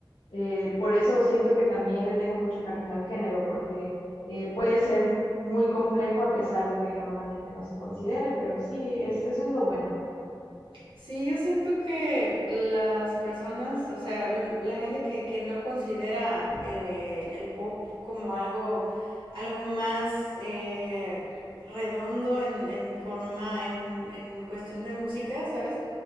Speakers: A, on the left; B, on the right.
A: eh, por eso siento que también le tengo mucho cariño al género, porque eh, puede ser muy complejo a pesar de que normalmente no se considere, pero sí, es, eso es lo bueno.
B: Sí, yo siento que las personas, o sea, l- la gente que, que no considera eh, el pop como algo, algo más eh, redondo en, en forma, en, en cuestión de música, ¿sabes?